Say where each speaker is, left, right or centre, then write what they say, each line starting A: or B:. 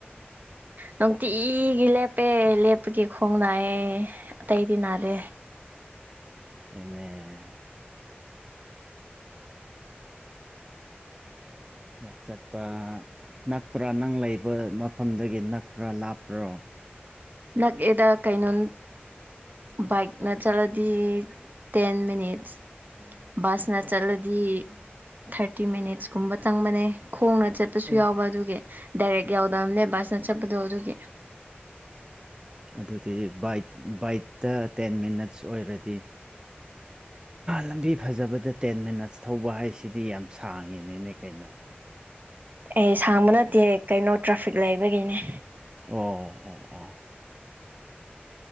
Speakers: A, on the right (about 50°); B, on the right (about 20°).
A: ꯅꯨꯡꯇꯤꯒꯤ ꯂꯦꯞꯄꯦ ꯂꯦꯞꯄꯒꯤ ꯈꯣꯡ ꯅꯥꯏꯌꯦꯦ ꯑꯇꯩꯗꯤ ꯅꯥꯗꯦ
B: ꯑꯗꯨꯅꯦ ꯋꯥꯛ ꯆꯠꯄ ꯅꯛꯄ꯭ꯔꯥ ꯅꯪ ꯂꯩꯕ ꯃꯐꯝꯗꯒꯤ ꯅꯛꯄ꯭ꯔꯥ ꯂꯥꯞꯄ꯭ꯔꯣ
A: ꯅꯛꯑꯦꯗ ꯀꯩꯅꯣ ꯕꯥꯏꯛꯅ ꯆꯠꯂꯗꯤ ꯇꯦꯟ ꯃꯤꯅꯤꯠꯁ ꯕꯁꯅ ꯆꯠꯂꯗꯤ ꯊꯥꯔꯇꯤ ꯃꯤꯅꯤꯠꯁꯀꯨꯝꯕ ꯆꯪꯕꯅꯦ ꯈꯣꯡꯅ ꯆꯠꯄꯁꯨ
B: ꯑꯦ
A: ꯌꯥꯎꯕ ꯑꯗꯨꯒꯤ ꯗꯥꯏꯔꯦꯛ ꯌꯥꯎꯗꯝꯕꯅꯦ ꯕꯁꯅ ꯆꯠꯄꯗꯣ ꯑꯗꯨꯒꯤ
B: ꯑꯗꯨꯗꯤ ꯕꯥꯏꯛ ꯕꯥꯏꯛꯇ ꯇꯦꯟ ꯃꯤꯅꯠꯁ ꯑꯣꯏꯔꯗꯤ ꯂꯝꯕꯤ ꯐꯖꯕꯗ ꯇꯦꯟ ꯃꯤꯅꯠꯁ ꯊꯧꯕ ꯍꯥꯏꯁꯤꯗꯤ ꯌꯥꯝ ꯁꯥꯡꯉꯤꯅꯤꯅꯦ ꯀꯩꯅꯣ
A: ꯑꯦ ꯁꯥꯡꯕ ꯅꯠꯇꯦ ꯀꯩꯅꯣ ꯇ꯭ꯔꯥꯐꯤꯛ ꯂꯩꯕꯒꯤꯅꯦ
B: ꯑꯣ ꯑꯣ ꯑꯣ ꯑꯣ